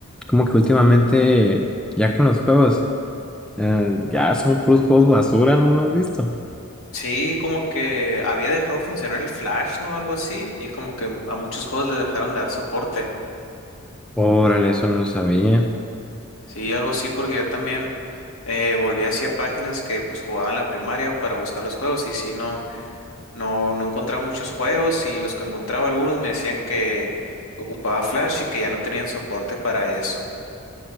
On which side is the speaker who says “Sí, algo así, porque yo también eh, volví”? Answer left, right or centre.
Left